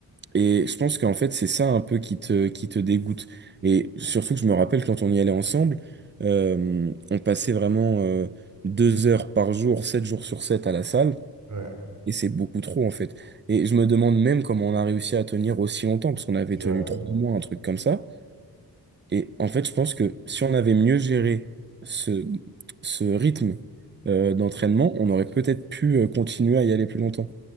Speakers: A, on the right (about 30°); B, on the right (about 50°).
A: Et je pense qu'en fait, c'est ça un peu qui te qui te dégoûte. Et surtout que je me rappelle quand on y allait ensemble, euh, on passait vraiment euh, deux heures par jour, sept jours sur sept à la salle.
B: Ouais,
A: Et c'est beaucoup trop, en fait. Et je me demande même comment on a réussi à tenir aussi longtemps, parce qu'on avait
B: c'est
A: tenu
B: vrai.
A: trois mois, un truc comme ça. Et en fait, je pense que si on avait mieux géré ce, ce rythme euh, d'entraînement, on aurait peut-être pu euh, continuer à y aller plus longtemps.